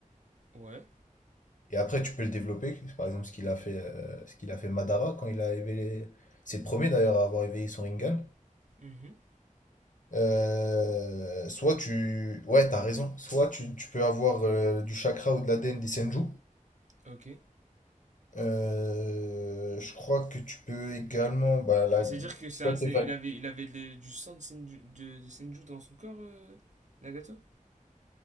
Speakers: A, on the right (about 60°); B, on the left (about 65°).
A: ouais,
B: et après tu peux le développer. C'est Par exemple, ce qu'il a fait, euh, ce qu'il a fait Madara quand il a éveillé, c'est le premier d'ailleurs à avoir éveillé son Rinnegan.
A: mhm,
B: Euh, soit tu... Ouais, t'as raison. Soit tu, tu peux avoir euh, du chakra ou de la l'ADN des Senju.
A: ok.
B: Euh, je crois que tu peux également... Bah, la...
A: Mais C'est-à-dire que c'est
B: C'est pas
A: un-
B: tes
A: c'est-
B: facs.
A: il avait, il avait de- du sang de Senju, de, de Senju dans son corps, euh, Nagato?